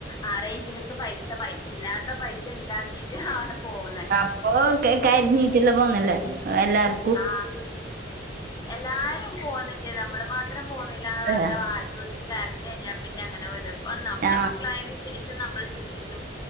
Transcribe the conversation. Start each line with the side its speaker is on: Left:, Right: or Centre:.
Left: ആ റേഞ്ചിലൊക്കെ പൈസ പൈസ ഇല്ലാത്ത പൈസ ഉണ്ടാക്കിട്ട് ആണ് പോവുന്നേ
Right: അപ്പൊ ക കരിഞ്ഞീട്ടല്ല പോന്നല്ലേ എല്ലാർക്കും
Left: ആ എല്ലാരും പോന്നുണ്ട് നമ്മള് മാത്രം പോവുന്നില്ലന്ന് പറഞ്ഞ
Right: ആ
Left: വാശി കരഞ്ഞ കഴിഞ്ഞാൽ പിന്നെ അങ്ങനെ വിടും ഇപ്പ നമ്മള്
Right: ആ
Left: മക്കളായതിന് ശേഷം നമ്മള് ചിന്തിക്കും